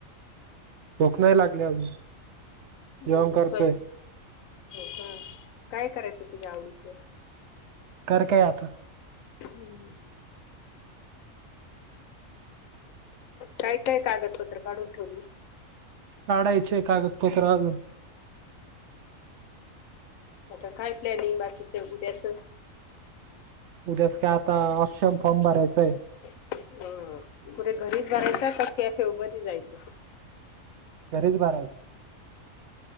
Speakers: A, on the right (about 65°); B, on the left (about 80°).
A: भूक नाही लागली अजून. जेवण
B: य
A: करतोय
B: हो का. काय करायच तुझ्या आवडीच?
A: कर काय आता.
B: हम्म काय काय कागदपत्र काढून ठेवली?
A: काढायचे कागदपत्र अजून.
B: आता काय प्लॅनिंग बाकीचं उद्याच?
A: उद्याच काय आता ऑप्शन फॉर्म भरायचंय.
B: ह, कुठे घरीच भरायचं का कॅफे व मधी जायचं?
A: घरीच भरायचं.